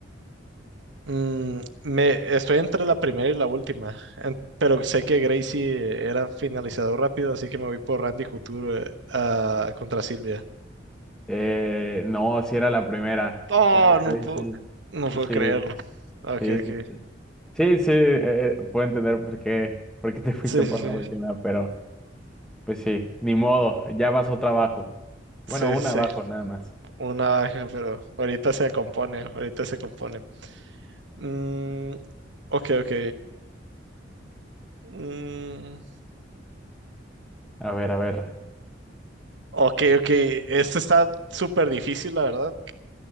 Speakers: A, on the right (about 70°); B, in the centre.
A: Mm, me, estoy entre la primera y la última, en- pero sé que Gracie era finalizador rápido, así que me voy por Randy Couture, eh, ah, contra Silvia.
B: Eh, no, si era la primera.
A: Oh,
B: Era
A: no
B: crazy.
A: puedo, no puedo
B: Sí,
A: creerlo. Ok,
B: sí,
A: ok.
B: sí, sí. Sí, sí, eh, puedo entender por qué, por qué te fuiste
A: Sí,
B: por
A: sí, sí.
B: la última, pero pues sí, ni modo, ya vas otra abajo.
A: Sí,
B: Bueno, una
A: sí.
B: abajo
A: sí.
B: nada más.
A: Una baja, pero ahorita se compone, ahorita se compone. Mm, ok, ok. Mm,
B: A ver, a ver,
A: Ok, ok. esto está súper difícil, la verdad,